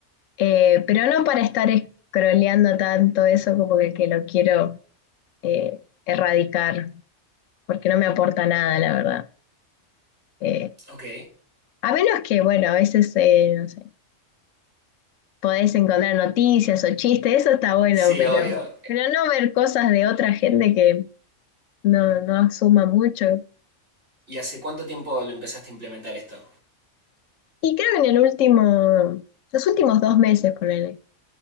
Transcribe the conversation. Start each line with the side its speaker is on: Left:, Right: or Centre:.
Left: Eh, pero no para estar scrolleando tanto eso como que, que lo quiero eh, erradicar, porque no me aporta nada, la verdad. Eh,
Right: Ok,
Left: a menos que, bueno, a veces, eh, no sé, podés encontrar noticias o chistes, eso está bueno,
Right: sí,
Left: pero,
Right: obvio.
Left: pero no ver cosas de otra gente que no, no asuma mucho.
Right: ¿Y hace cuánto tiempo lo empezaste a implementar esto?
Left: Y creo que en el último, los últimos dos meses, ponele.